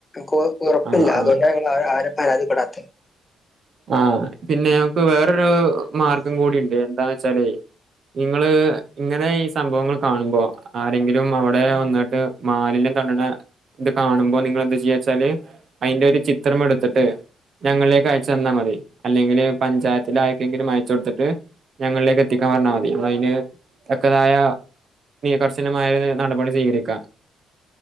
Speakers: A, on the left; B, on the right.
A: ക്ക് ഉറപ്പില്ല
B: ആഹ് ആഹ്
A: അതുകൊണ്ടാണ്ഞ ആരെ പരാതിപ്പെടാത്തത്
B: ആഹ പിന്നെ ഞമുക്ക് വേറൊരു മാർഗം കൂടിണ്ട് എന്താന്ന് വെച്ചാലേ നിങ്ങള് ഇങ്ങനെ ഈ സംഭവങ്ങൾ കാണുമ്പോ ആരെങ്കിലും അവിടെ വന്നിട്ട് മാലി <unintelligible> ഇത് കാണുമ്പോ നിങ്ങള് എന്താ ചെയച്ചാല് അതിന്റെ ഒരു ചിത്രം എടുത്തിട്ട് ഞങ്ങളിലേക്ക് അയച്ചു തന്നാൽ മതി അല്ലെങ്കില് പഞ്ചായത്തില ആക്കെങ്കിലും അയച്ച കൊടുത്തിട്ട് ഞങ്ങളിലേക്ക് എത്തിക്കാൻ പറഞ്ഞാൽ മതി അതിന് തക്കതായ കർശനമായ നടപടി സ്വീകരിക്കാം.